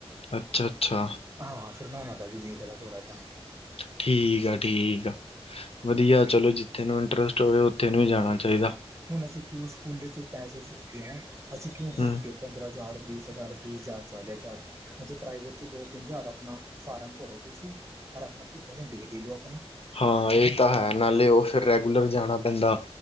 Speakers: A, on the left (about 65°); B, on the right (about 30°).
A: ਅੱਛਾ ਅੱਛਾ
B: ਹਾਂ ਫਿਰ ਨਾ ਹੁਣ ਵੀ ਵੇਖਦਾ ਥੋੜਾ ਜਿਹਾ
A: ਠੀਕ ਆ ਠੀਕ ਆ ਵਧੀਆ ਚਲੋ ਜਿੱਥੇ ਨੂੰ ਇੰਟਰਸਟ ਹੋਵੇ ਉੱਥੇ ਨੂੰ ਵੀ ਜਾਣਾ ਚਾਹੀਦਾ
B: ਹੁਣ ਅਸੀਂ ਕਿਉਂ ਸਕੂਲੇ ਚ ਪੈਸੇ ਫੂਕੇ ਹੈ ਅਸੀਂ ਕਿਉਂ
A: ਹੂੰ
B: ਫੂੱਕ ਪੰਦਰਾਂ ਹਜ਼ਾਰ ਬੀਸ ਹਜ਼ਾਰ ਤੀਹ ਹਜ਼ਾਰ ਚਾਲੀ ਹਜ਼ਾਰ ਅਜੇ ਪ੍ਰਾਈਵੇਟ ਚ ਦੋ ਤਿੰਨ ਹਜ਼ਾਰ ਆਪਣਾ ਫਾਰਮ ਭਰੋ ਤੁਸੀਂ ਯ ਆਪਣਾ ਸਿੱਧਾ ਘੰਟੇ ਦੇ ਲਓ ਆਪਣਾ
A: ਹਾਂ ਇਹ ਤਾਂ ਹੈ ਨਾਲੇ ਉਹ ਫਿਰ ਰੈਗੂਲਰ ਜਾਣਾ ਪੈਂਦਾ